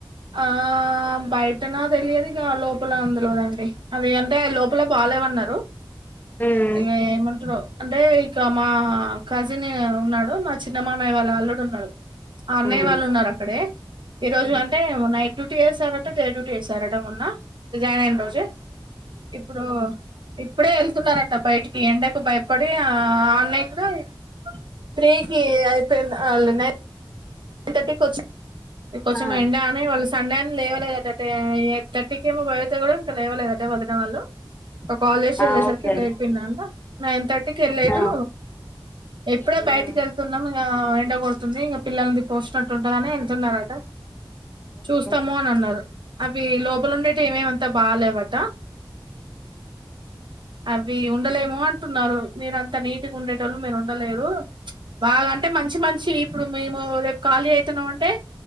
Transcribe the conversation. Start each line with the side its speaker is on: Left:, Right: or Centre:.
Right: ఆ బయటనా తెలియదు ఇక లోపల అని తెలువదండి అది అంటే లోపల బాలేవన్నారు
Left: మ్మ్
Right: ఇంకా ఏమంటారో అంటే ఇక మా కజిన్ ఉన్నాడు మా చిన్నమామయ్య వాళ్ళ అల్లుడు ఉన్నాడు అన్నయ్య
Left: మ్మ్
Right: వాళ్ళు ఉన్నారు అక్కడే ఈ రోజు
Left: మ్మ్
Right: నైట్ డ్యూటీ వేసారట డే డ్యూటీ వేసారట మొన్న జాయిన్ అయిన రోజే ఇప్పుడు ఇప్పుడే వెళ్తున్నారట బయటికి ఈ ఎండకు భయపడి ఆన్లైన్ త్రీకిి అయిపోయింది ఆళ్లు నై నైన్ థర్టీకి వచ్చా ది కొంచెం
Left: ఆ
Right: ఎండా అని వాళ్ళు సండే అని లేవలేదు <unintelligible> <unintelligible> బయటకూడా ఇంకా లేవలేదట వాళ్ళు వాళ్ళు ఒక కాలేజ్ వెళ్ళేసరికి
Left: ఆ ఓకే
Right: లేట్ అయింది అంట నైన్ థర్టీకి వెళ్లేదు
Left: ఆ
Right: ఇప్పుడే
Left: మ్మ్
Right: బయటికి వెళ్తున్నాం ఇక ఎండకొ ఉందే ఇంకా పిల్లలు తోసినట్టుంటదని వెళ్తున్నారట
Left: ఓకే
Right: చూస్తాము అని అన్నారు అవి లోపల ఉండేటివి ఏమేమంత బాలేేవట అవి ఉండలేమో అంటున్నారు మీరంత నీట్ ఉండేటోళ్ళు మీరు ఉండలేరు ప్చ్ వాళ్ల అంటే మంచి మనిషి ఇప్పుడు మేము ఖాళీ అయితున్నాం అంటే